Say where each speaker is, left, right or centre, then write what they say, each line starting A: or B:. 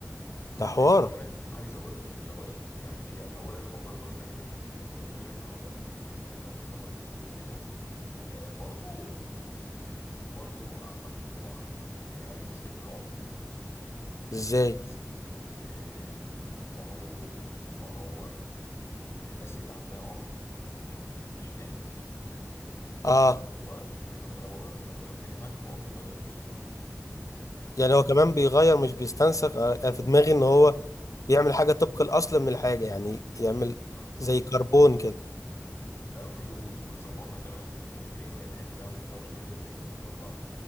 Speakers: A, on the left; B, on the left.
A: عايز
B: ده حوار
A: اقول لك عايز اقول لك الفوائد يعني هي اولا الموضوع اللي بقول لك عليه ده انه يعمل لك اعضاء لو حصل لك مشكله تلاقيها آه، برضو برضو اعتقد انه بيعالج مشكله العقم
B: ازاي
A: يعني الناس إن إيه، ما هو ما هو الناس اللي عندها عقم نتيجه الجينات فهو
B: اه
A: بي ما انا بقول- ما أنا متفق معاك ان هو بيغير في الجينات دي يعني
B: يعني هو كمان بيغير مش بيستنسخ آه، انا في دماغي ان هو بيعمل
A: مم،
B: حاجه طبق الاصل من الحاجه يعني يعمل
A: اه
B: زي كربون كده
A: لا وي- ويظبطها كمان يعني ممكن ي- الحته اللي عندك فيها مشكله يقوم برضو عامل